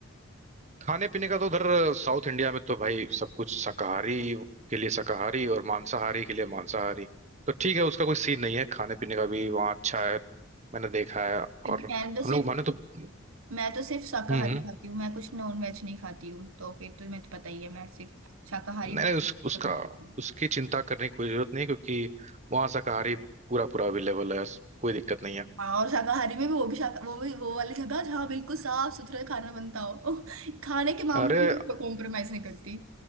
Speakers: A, on the right (about 35°); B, on the right (about 80°).
A: खाने पीने का तो उधर साउथ इंडिया में तो भाई सब कुछ शाकाहारी के लिए शाकाहारी और मांसाहारी के लिए मांसाहारी तो ठीक है उसका कोई सीन नहीं है खाने पीने का भी वहाँ अच्छा है मैंने देखा है
B: क्योंकि
A: और
B: मैंने तो
A: हम
B: सिर्फ
A: लोग माने तो हम्म
B: मैं तो सिर्फ शाकाहारी
A: हम्म।
B: खाती हूँ मैं कुछ नॉन वेज नहीं खाती हूँ तो फिर तुम्हें तो पता ही है मैं सिर्फ शाकाहारी
A: नहीं
B: भोजन
A: नहीं उस, उसका
B: पसंद करती हूँ
A: उसकी चिंता करने की कोई जरूरत नहीं है, क्योंकि वहाँ शाकाहारी पूरा पूरा अवेलेबल है कोई दिक्कत नहीं है
B: हाँ और शाकाहारी में भी वो भी शाका वो भी वो वाली जगह जहाँ बिल्कुल साफ सुथरा खाना बनता हो <laughs> खाने के मामले
A: अरे
B: में मैं कॉम्प्रोमाइज नहीं करती